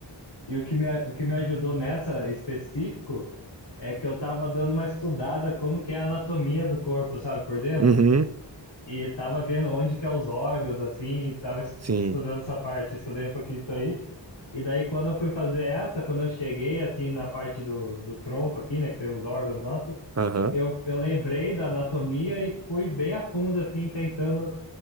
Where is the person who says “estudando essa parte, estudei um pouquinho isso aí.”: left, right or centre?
Left